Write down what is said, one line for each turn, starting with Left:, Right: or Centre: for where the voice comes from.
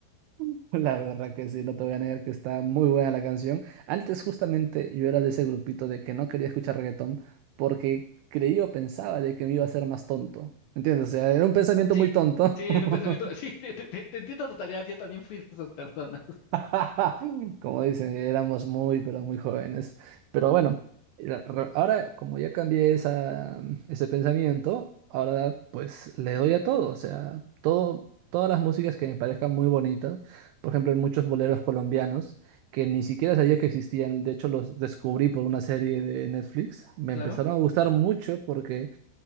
Right: <laughs> la verdad que sí, no te voy a negar que está muy buena la canción. Antes justamente yo era de ese grupito de que no quería escuchar reggaetón porque creía o pensaba de que me iba a hacer más tonto. ¿Entiendes? O sea, era un pensamiento
Left: Sí,
Right: muy tonto.
Left: sí,
Right: <laughs>
Left: era un pensamiento, <laughs> sí, te, te- te- te entiendo a totalidad, yo también fui de esas personas,
Right: <laughs> Como dicen, éramos muy, pero muy jóvenes. Pero bueno, la- ra- ahora como ya cambié esa, ese pensamiento, ahora pues le doy a todo, o sea, todo, todas las músicas que me parezcan muy bonitas. Por ejemplo, hay muchos boleros colombianos que ni siquiera sabía que existían, de hecho los descubrí por una serie de Netflix. Me
Left: <laughs>
Right: empezaron
Left: claro.
Right: a gustar mucho porque